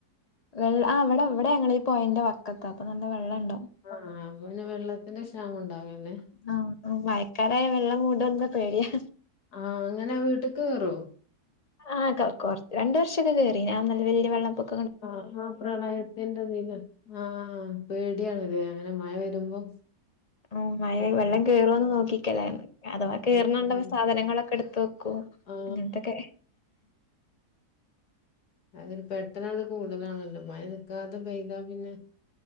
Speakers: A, on the left (about 45°); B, on the left (about 65°).
A: ഉം ആഹ് ഇവിടെ ഞങ്ങളീ പൊഴന്റെ വക്കത്ത അപ്പൊ നല്ല വെള്ളണ്ടാവും
B: ആഹ് അപ്പൊ പിന്നെ വെള്ളത്തിന്റെ ക്ഷാമം ഉണ്ടാവല്ലെ
A: ആഹ് മഴക്കാലായാല് വെള്ളം കൂടുന്ന് പേടിയാ
B: ആഹ് അങ്ങനെ വീട്ടിക്ക് കേറോ
A: ആഹ് രണ്ട് വർഷൊക്കെ കേറീന്ന് ആഹ് വല്യ വെള്ള പൊക്കം
B: ആഹ് ആഹ് പ്രളയത്തിന്റെദില് ആഹ് പേടിയണല്ലേ അങ്ങനെ മഴ വരുമ്പോ
A: ആഹ് മഴ
B: ഉം.
A: വെള്ളം കേറോന്ന് നോക്കിക്കലാ അഥവാ കേറ്ണണ്ട്
B: ഉം.
A: സാധനങ്ങളൊക്കെ എടുത്തുവെക്കും
B: ആ
A: അങ്ങനത്തൊക്കെ
B: അതൊരു പെട്ടെന്ന് കൂടുതലാണല്ലോ മഴ നിൽക്കാത്തെ പെയ്താ പിന്നെ